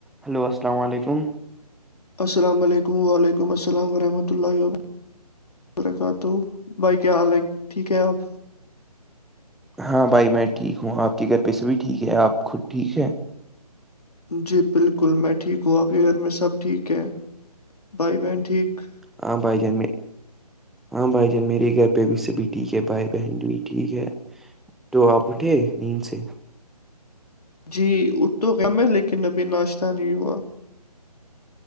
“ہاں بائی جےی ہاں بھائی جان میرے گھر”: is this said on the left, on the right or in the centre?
Centre